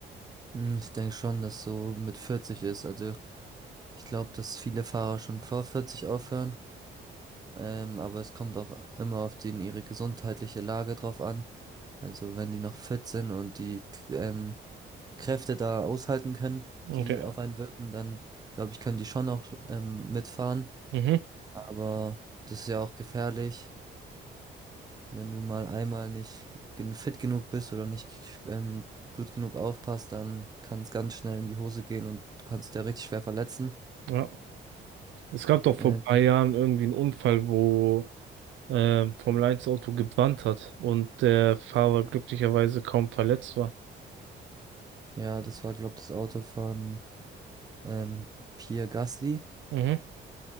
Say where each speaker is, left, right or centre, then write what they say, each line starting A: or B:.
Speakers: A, on the right; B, on the right.
A: Hm, Ich denke schon, dass so mit 40 ist. Also ich glaube, dass viele Fahrer schon vor 40 aufhören. Ähm, aber es kommt auch immer auf den ihre gesundheitliche Lage drauf an. Also wenn die noch fit sind und die k- ähm, Kräfte da aushalten können,
B: Okay.
A: die auf einen wirken, dann glaube ich, können die schon auch ähm, mitfahren.
B: Mhm.
A: Aber das ist ja auch gefährlich, wenn du mal einmal nicht gen- fit genug bist oder nicht ähm, gut genug aufpasst, dann kann es ganz schnell in die Hose gehen und du kannst dich da richtig schwer verletzen.
B: Ja. Es gab doch vor
A: Ähm,
B: ein paar Jahren irgendwie einen Unfall, wo äh, Formel eins Auto gebrannt hat und der Fahrer glücklicherweise kaum verletzt war.
A: ja, das war, glaube ich, das Auto von ähm, Pierre Gasly.
B: Mhm.